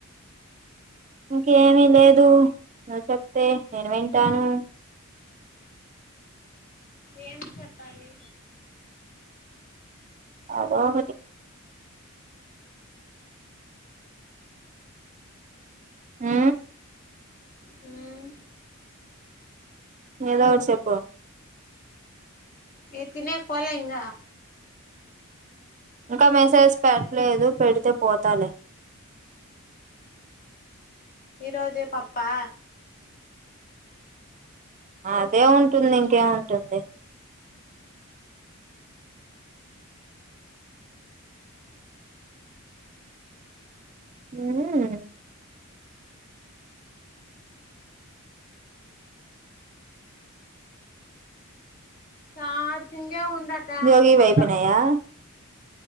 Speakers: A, on the right (about 35°); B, on the left (about 40°).
A: ఇంకేమీ లేదు నువ్వు చెప్తే నేను వింటాను.
B: ఏం చెప్పాలి
A: ఎదోఒకటి హ్
B: హ్
A: ఏదోటి చెప్పు
B: ఏ తినేకి పోలేఇంగా
A: ఇంకా మెసేజ్ పెట్టలేదు పెడితే పోతాలే
B: ఈ రోజే పప్పా
A: అదే ఉంటుంది ఇంకే ఉంటుంది హుఊఊఉ
B: ఆ ఉడాట్ట
A: జోగివి
B: ఫోన్లో
A: అయిపోయినాయా